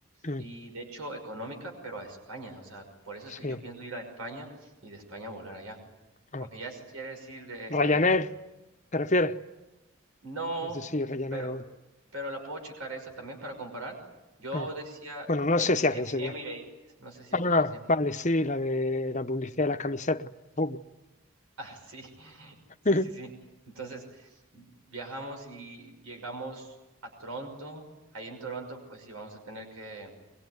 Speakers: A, on the left; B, on the right.
A: Mm,
B: y de hecho económica, pero a España. O sea, por eso
A: sí.
B: es que yo pienso ir a España y de España volar allá.
A: Ah.
B: Porque ya si quieres ir de,
A: Ryanair,
B: de
A: ¿te refieres?
B: No,
A: No sé si Ryanair
B: pero,
A: o...
B: pero la puedo checar esa también para comparar. Yo
A: ah.
B: decía
A: Bueno, no
B: em-
A: sé si hace
B: em-
A: ese
B: Emirates,
A: viaje.
B: no sé si
A: Ah,
B: ubicas Emirates.
A: vale, sí, la de la publicidad de las camisetas. Fútbol.
B: Ah, sí, <laughs>
A: <laughs>
B: sí, sí, sí. Entonces viajamos y llegamos a Toronto. Ahí en Toronto, pues sí, vamos a tener que